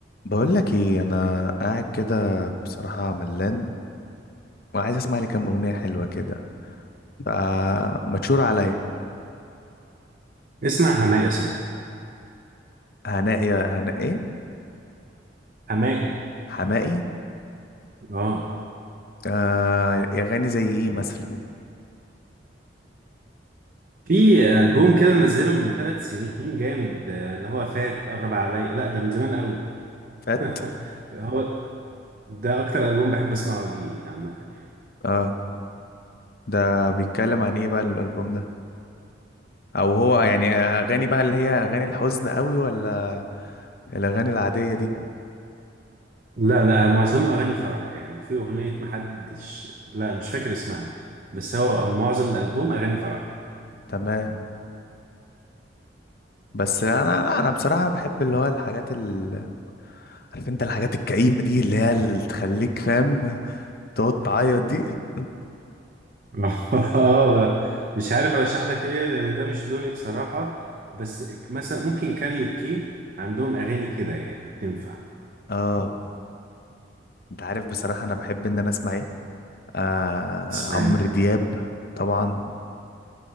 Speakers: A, on the left; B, on the right.
A: بقول لك ايه انا قاعد كده بصراحه ملان وعايز اسمع لي كام اغنيه حلوه كده فمتشور عليا
B: اسمع حماقي صح
A: هناء يا هناء ايه
B: حماقي
A: حماقي
B: اه
A: آه يا غني زي ايه مثلا
B: في ألبوم كده منزله من ثلاث سنين جامد آه، اللي هو فات قرب عليا لا ده من زمان قوي
A: فات
B: <laughs> هو ده أكتر ألبوم بحب أسمعه ليه عامة يعني
A: اه ده بيتكلم عن ايه بقى الالبوم ده او هو يعني اغاني بقى اللي هي اغاني الحزن قوي ولا الاغاني العاديه دي
B: لا لا معظمه أغاني فرح يعني في أغنية محدش لا مش فاكر اسمها بس هو معظم الألبوم أغاني فرح
A: تمام بس انا لا انا بصراحه بحب اللي هو الحاجات ال... عارف انت الحاجات الكئيبه دي اللي هي اللي تخليك فاهم تقعد تعيط دي
B: <laughs> اه مش عارف ارشح لك ايه لان ده مش لوني بصراحة بس مثلا ممكن كاريوكي عندهم اغاني كده يعني تنفع
A: اه انت عارف بصراحة انا بحب ان انا اسمع ايه آه
B: تسمعها
A: عمرو دياب طبعا